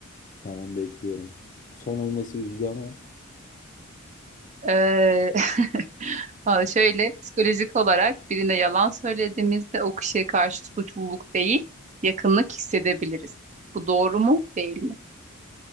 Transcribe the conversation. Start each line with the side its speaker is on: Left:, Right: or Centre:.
Left: Tamam bekliyorum. Son olması üzücü ama
Right: Ee, <laughs> ha, şöyle psikolojik olarak birine yalan söylediğimizde o kişiye karşı suçluluk değil, yakınlık hissedebiliriz. Bu doğru mu, değil mi?